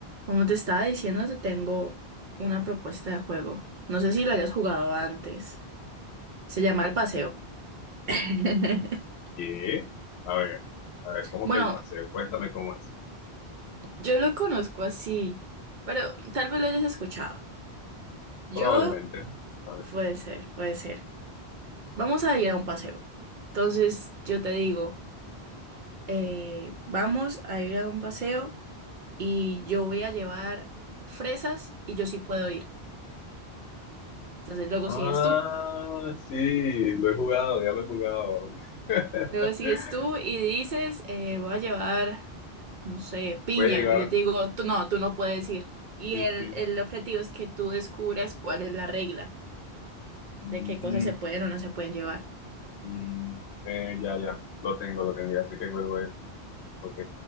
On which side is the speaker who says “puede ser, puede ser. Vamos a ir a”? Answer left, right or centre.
Right